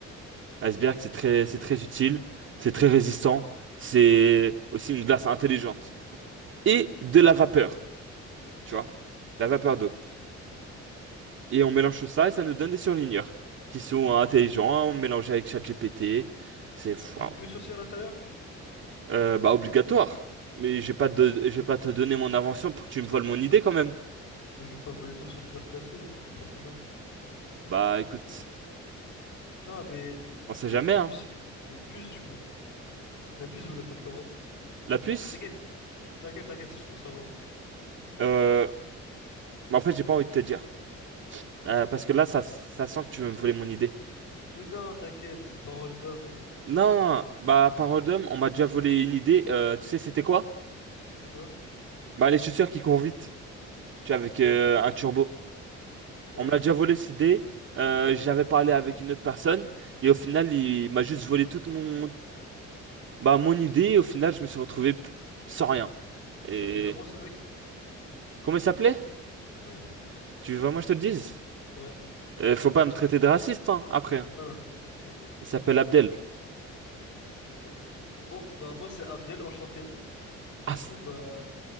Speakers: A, on the right (about 55°); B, on the left (about 70°).
A: L'iceberg, c'est très, c'est très utile, c'est très résistant, c'est aussi une glace intelligente. Et de la vapeur, tu vois, la vapeur d'eau. Et on mélange tout ça et ça nous donne des surligneurs qui sont intelligents, mélangés avec ChatGPT. C'est
B: Il
A: waouh.
B: y a une puce aussi à l'intérieur?
A: Euh, bah obligatoire. Mais je vais pas te, don- je vais pas te donner mon invention pour que tu me voles mon idée quand même.
B: Mais je vais pas voler tout sur une heure cassée, n'importe quoi.
A: Bah écoute,
B: Non, mais
A: on sait
B: il
A: jamais,
B: y a une puce,
A: hein.
B: il y a une puce du coup. La puce, vous la faites comment?
A: La puce,
B: T'inquiète, t'inquiète, t'inquiète, c'est juste pour savoir.
A: euh, mais en fait, j'ai pas envie de te dire. Euh, parce que là, ça, ça sent que tu veux me voler mon idée.
B: Mais non, t'inquiète, parole d'homme.
A: Non, bah parole d'homme, on m'a déjà volé une idée. euh, tu sais, c'était quoi?
B: C'était quoi?
A: Bah les chaussures qui courent vite, tu vois, avec euh, un turbo.
B: Ouais.
A: On me l'a déjà volé cette idée. euh, j'avais parlé avec une autre personne et au final, il m'a juste volé toute mon, bah, mon idée. Et au final, je me suis retrouvé p- sans rien. Et
B: Il s'appelait comment ce mec?
A: comment il s'appelait?
B: Ouais,
A: Tu veux vraiment que je te le dise?
B: ouais.
A: Euh, faut pas me traiter de raciste, hein, après.
B: Non, non, non, t'inquiète.
A: Il s'appelle Abdel.
B: Ok. Bon, bah moi c'est Abdel, enchanté. Du
A: Ah, f-
B: coup, bah